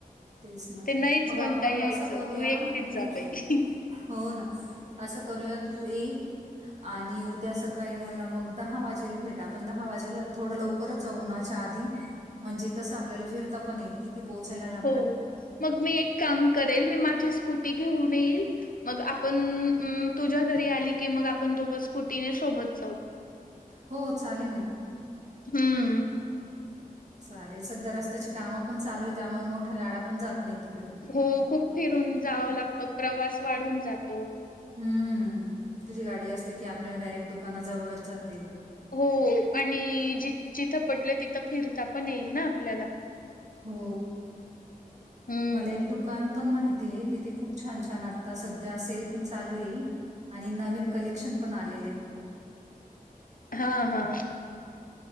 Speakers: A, on the right; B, on the left.
A: तेच ना,
B: ते नाहीच
A: मग
B: म्हणता
A: आपण
B: यायचं
A: असं करूया
B: तू एकटीच
A: तू
B: जा बाई.
A: हो ना, असं करूया तू ये आणि उद्या सकाळी मला मग दहा वाजेला भेट, आपण दहा वाजेला थोडं लवकरच जाऊ उन्हाच्या आधी म्हणजे कस, आपल्याला फिरता पण येईल, तिथे पोयला ला
B: हो, मग मी एक काम करेल, मी माझी स्कूटी घेऊन येईल, मग आपण म तुझ्या घरी आली की, मग आपण दोघस स्कुटीने सोबत जाऊ,
A: हो चालेल ना
B: हम्म
A: चालेल, सध्या रस्त्याची काम पण चालू त्यामुळे मोठ्या गाड्या पण जात नाही तिकडे
B: हो खूप फिरून जावं लागत. प्रवास वाढून जातो.
A: हम्म तुझी गाडी असली की, आपल्याला डायरेक्ट दुकाना जवळ जात
B: हो, आणि जि जिथं पटलं तिथं, फिरता पण येईल ना आपल्याला.
A: हो
B: हम्म.
A: मला एक दुकान? पण माहितीय, तिथे खूप छान छान आता सध्या सेल पण चालू आहे. आणि नवीन कलेक्शन पण आलेले आहे.
B: हा, हा,